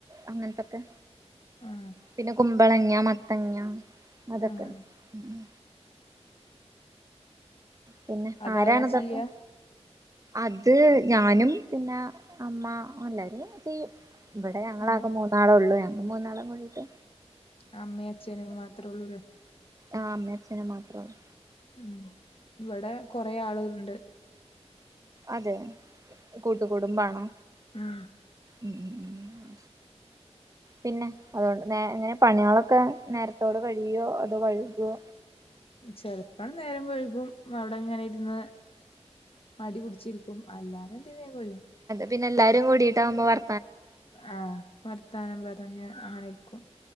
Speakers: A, on the right (about 30°); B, on the left (about 55°).
A: അങ്ങൻത്തൊക്കെ
B: ആഹ്
A: പിന്നെ കു കുമ്പളങ്ങ മത്തങ്ങ്യ അതൊക്കെ
B: ആഹ്
A: ഉം ഉം പിന്നെ
B: അതാരാ
A: ആരാണ് ഇതൊക്കെ
B: ചെയ്യാ
A: അത് ഞാനും പിന്നെ അമ്മ എല്ലാരും ചെയ്യും ഇബടെ ഞങ്ങളാകെ
B: ഉം
A: മൂന്നാളൊള്ളൂ ഞാൻ മൂന്നാളും കൂടീട്ട്
B: അമ്മയും അച്ഛേനു മാത്രേ ഒള്ളൂല്ലേ
A: ആഹ് അമ്മെ അച്ഛനും മാത്രള്ളു
B: ഉം ഇവടെ കൊറെ ആളുകള്ണ്ട്
A: അതെ കൂട്ടുകുടുംബാണോ
B: ഉം
A: ഉം പിന്നെ അതുകൊണ്ട് നേ എങ്ങനെ പണികളൊക്കെ നേരത്തോട് കഴിയോ അതോ വഴുകോ
B: ചെലപ്പം നേരം വൈകും അവിടെങ്ങനെ ഇരുന്ന് മടി പിടിച്ചിരിക്കും അല്ലാന്നിണ്ടെങ്കി വേ പോരും
A: പിന്നെല്ലാരും കൂടിയിട്ടാവുമ്പോ വർ
B: ആ വർത്താനം പറഞ്ഞ് ആങ്ങനിരിക്കും